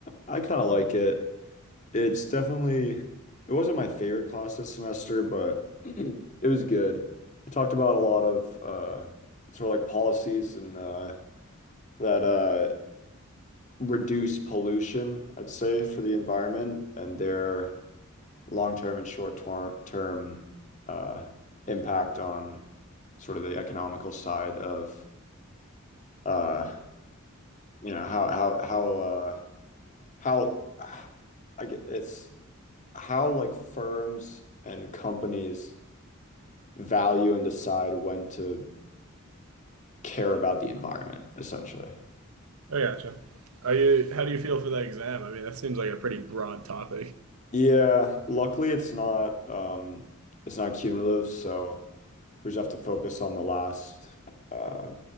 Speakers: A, on the left; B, on the right.
A: I kind of like it. It's definitely it wasn't my favorite class this semester, but <clears throat> it was good. It talked about a lot of uh sort of like policies and uh that uh reduce pollution, I'd say, for the environment and their long-term and short-term term uh impact on sort of the economical side of uh you know how how how uh how I get it's how like firms and companies value and decide when to care about the environment, essentially.
B: I gotcha. Are you how do you feel for that exam? I mean, that seems like a pretty broad topic.
A: Yeah, luckily it's not um it's not cumulative, so we just have to focus on the last uh